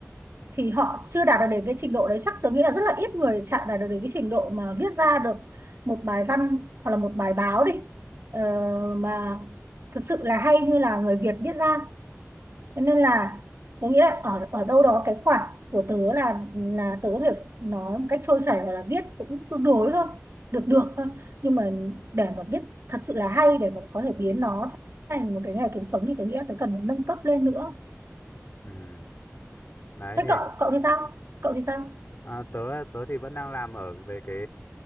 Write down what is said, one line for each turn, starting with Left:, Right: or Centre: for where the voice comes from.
Right: thì họ chưa đạt được đến cái trình độ đấy chắc tớ nghĩ là rất là ít người chạm đạt được đến cái trình độ mà viết ra được một bài văn hoặc là một bài báo đi ờ, mà thực sự là hay như là người Việt viết ra Thế nên là tớ nghĩ là ở ở đâu đó cái khoảng của tớ là là tớ có thể nói một cách trôi chảy hoặc là viết cũng tương đối thôi được được thôi nhưng mà để mà viết thật sự là hay để mà có thể biến nó thành một cái nghề kiếm sống thì tớ nghĩ là tớ cần phải nâng cấp lên nữa
Left: Ừ. Đấy
Right: thế
Left: thì
Right: cậu cậu thì sao cậu thì sao
Left: à, tớ tớ thì vẫn đang làm ở về cái